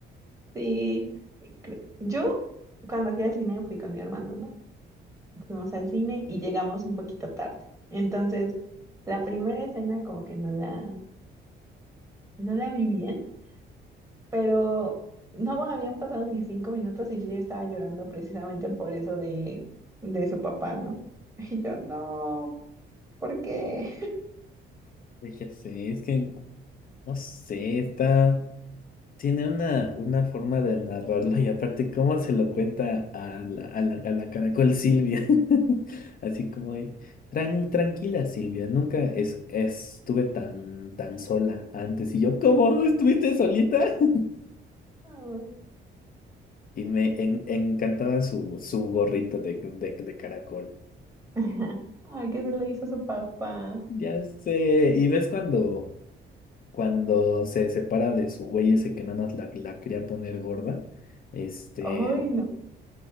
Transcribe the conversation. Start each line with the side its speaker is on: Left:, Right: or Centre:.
Right: sí. Cre- Yo, cuando fui al cine, fui con mi hermano, ¿no? Fuimos al cine y llegamos un poquito tarde. Entonces, la primera escena como que no la, no la vi bien Pero no bueno, habían pasado ni cinco minutos y yo ya estaba llorando precisamente por eso de, de su papá, ¿no? <laughs> Y yo, no, ¿por qué?
Left: Ya sé, es que no sé, está. Tiene una, una forma de narrarlo y aparte, ¿cómo se lo cuenta a la, a la, a la caracol Silvia? <laughs> Así como, de, "Tran- tranquila Silvia, nunca es, estuve tan, tan sola antes. Y yo, ¿cómo? ¿Estuviste solita? <laughs>
Right: <laughs> Ay,
Left: Y me en- encantaba su, su gorrito de, de, de caracol.
Right: <laughs> ay, ¿qué se le hizo a su papá?
Left: Ya sé, y ves cuando. cuando se separa de su güey ese que nada más la, la quería poner gorda, este,
Right: Ay, no.